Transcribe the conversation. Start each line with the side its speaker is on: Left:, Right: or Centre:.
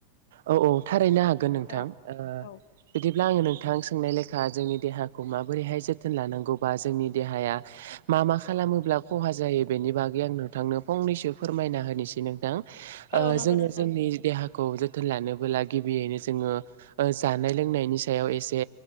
Right: औ औ थारैनो हागोन नोंथां
Left: औ
Right: ओ
Left: औ
Right: बिदिब्ला आङो नोंथां सोंनाय लेखा जोंनि देहाखौ माबोरैहाय जोथोन लानांगौबा जोंनि देहाया मा मा खालामोब्ला खहा जायो बेनि बागै आं नोंथांनो फंनैसो फोरमायना होनोसै नोंथां
Left: औ
Right: ओ
Left: नंगौ
Right: जोङो
Left: नोंथां
Right: जोंनि देहा जोथोन लानोबोला गिबियैनो जोङो जानाय लोंनायनि सायाव एसे